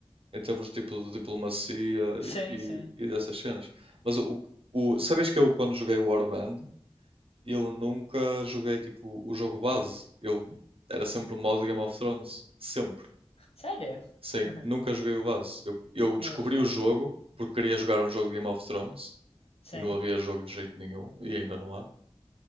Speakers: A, on the right; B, on the left.
A: em termos de tipo de diplomacia
B: Sim,
A: e, e,
B: sim.
A: e dessas cenas. Mas o, o, sabes que eu, quando joguei o Warband, eu nunca joguei tipo o jogo base. Eu era sempre o modo Game of Thrones, sempre.
B: Sério?
A: Sim,
B: <laughs>
A: nunca joguei o base. Eu, eu descobri
B: Eu sei.
A: o jogo porque queria jogar um jogo de Game of Thrones
B: Sim,
A: e não havia jogo de jeito nenhum e ainda não há.